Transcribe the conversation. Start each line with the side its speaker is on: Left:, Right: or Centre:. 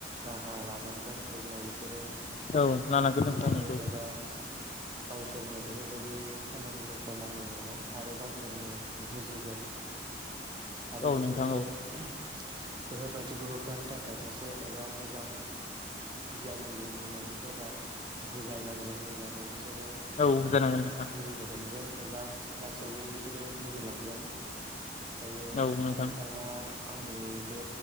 Right: राहा लानांगोन अब्ला बिसोर बिसोरो
Left: औ लानांगोन
Right: गिनानै
Left: नोंथां नोंगौ
Right: एबा गावसोरनो बेफोर बेबायदि खामानिफोरखौ मावनाय नंङा आरो गावसोरनो बुजिगोन आरो
Left: औ
Right: बिसोरखौ
Left: नोंथां
Right: <unintelligible> बेफोरबायदिखौ होबथानो थाखाय सासे एबा मोजां गियानि गुयनि मानसिफोरा बुजायनांगोन अब्लानो <unintelligible>
Left: औ जानांगोन नोंथां
Right: <unintelligible> बुजिनो हमगोन एबा लासैयै बिसोरो बुजिलाङो <unintelligible> <unintelligible> दायो
Left: औ नोंथां
Right: नोंथाङा आंनि बे